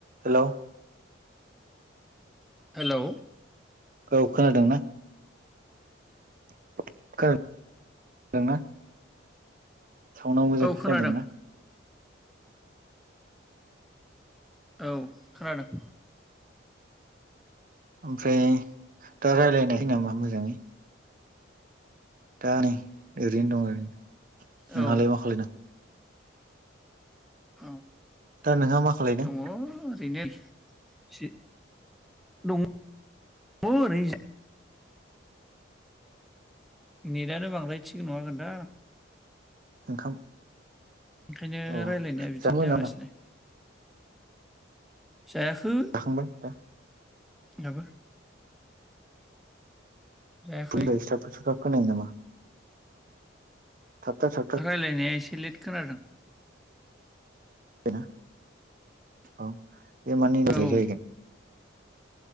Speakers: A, on the right; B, in the centre.
A: Hello.
B: Hello.
A: औ खोनादों ना। <unintelligible> साउना मोजां
B: औ
A: खोनादोंना।
B: खोनादों औ खोनादों।
A: ओमफ्राय दा रायलायनाय <unintelligible> मोजाङै। दा नै ओरैनो दं ओरैनो। नोंहालाय
B: औ
A: मा खालायदों?
B: औ
A: दा नोंहा मा खालायदों।
B: दङ ओरैनो <unintelligible> <unintelligible> नेटानो बांद्राय थिग नङागोन दा।
A: ओंखाम।
B: बेखायनो
A: औ
B: रायलायनाया बिदिनो
A: जाखांबाय
B: जागासिनो।
A: नामा
B: जायाखै।
A: जाखांबाय दा
B: <unintelligible> जायाखै
A: <inaudible> खोनायो नामा? थाबथा थाबथा
B: राय्लायनाया एसे लेट खोनादों
A: ना औ बे मानि
B: औ
A: रेजेग जाहैगोन